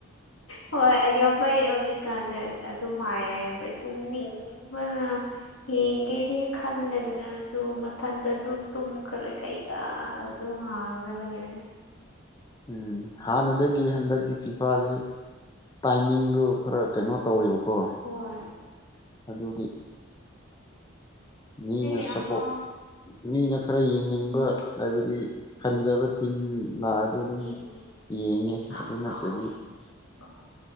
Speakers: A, on the left; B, on the left.
A: ꯍꯣꯏ ꯑꯌꯥꯝꯕꯩ ꯍꯧꯖꯤꯛꯀꯥꯟꯁꯦ ꯑꯗꯨ ꯃꯥꯏ ꯑꯌꯥꯝꯕꯩ ꯇꯨꯝꯅꯤꯡ ꯕꯅ ꯌꯦꯡꯒꯦꯗꯤ ꯈꯜꯂꯦꯕꯅ ꯑꯗꯨ ꯃꯊꯟꯇ ꯑꯗꯨꯝ ꯇꯨꯝꯈ꯭ꯔꯦ ꯀꯩꯀꯥ ꯑꯗꯨꯝ ꯍꯥꯡꯂꯒ ꯂꯩꯔꯦ
B: ꯎꯝ ꯍꯥꯟꯅꯗꯒꯤ ꯍꯟꯗꯛꯀꯤ ꯐꯤꯐꯥꯥꯁꯦ ꯇꯥꯏꯃꯤꯡꯗꯨ ꯈꯔ ꯀꯩꯅꯣ ꯇꯧꯋꯦꯕꯀꯣ
A: ꯍꯣꯏ
B: ꯑꯗꯨꯒꯤ ꯃꯤꯅ
A: ꯑꯩꯗꯤ
B: ꯁꯞꯄꯣꯔꯠ
A: ꯑꯝꯐꯥꯎ
B: ꯃꯤꯅ ꯈꯔ ꯌꯦꯡꯅꯤꯡꯕ ꯍꯥꯏꯕꯗꯤ ꯍꯟꯖꯕ ꯇꯤꯝ ꯂꯥꯛꯑꯗꯤ ꯑꯗꯨꯝ
A: ꯌꯦꯡꯕꯤꯗꯦ
B: ꯌꯦꯡꯉꯅꯤ
A: ꯑꯝꯐꯥꯎ
B: ꯑꯗꯨ ꯅꯠꯇ꯭ꯔꯗꯤ
A: ꯌꯦꯡꯕꯤꯗꯦꯕ